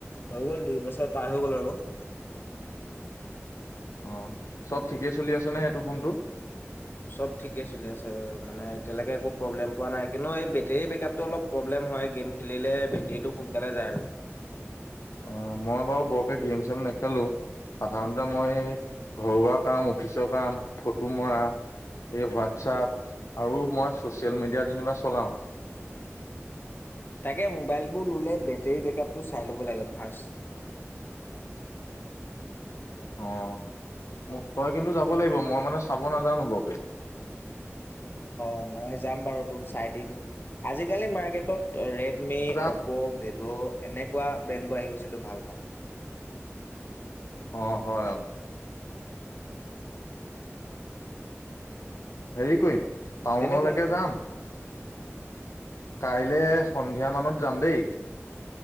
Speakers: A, on the left; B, on the left.
A: হৈ গ'ল দুই বছৰ পাৰ হৈ গ'ল আৰু।
B: অ' চব ঠিকেই চলি আছে নে এইেইটো ফোনটো।
A: চব ঠিকে চলি আছে। মানে এতিয়ালৈকে একো প্ৰব্লেম পোৱা নাই কিন্তু এই বেটেৰী বেকআপটো অলপ প্ৰব্লেম হয় গেম খেলিলে বেটেৰীটো সোনকালে যায় আৰু।
B: অ 'মই বাৰু বৰকে গেম চেম নেখেলো। নেখেলো সাধাৰণতে মই ঘৰুৱা কাম অফিচৰ কাম ফটো মৰা এই হোৱাটছপ আৰু মই ছচিয়েল মিডিয়া যেনিবা চলাওঁ
A: তাকে মোবাইলবোৰ ল'লে বেটেৰী বেকআপটো চাই ল'ব লাগে ফাষ্ট
B: অঁ ম তই কিন্তু যাব লাগিব মই মানে চাব নাজানো বৰকে
A: অঁ মই যাম বাৰু তোক চাই দিম আজিকালি মাৰ্কেটত ৰেট মে
B: যাম
A: অপ ভিব অ এনেকুৱা ব্ৰেণ্ডবোৰ আহি গৈছে ভাল ভাল
B: অঁ হয় হয় হেৰি কৰিম টাউনলৈকৈ
A: তেনেকুৱাই
B: যাম। কাইলে সন্ধিয়া মানত যাম দেই।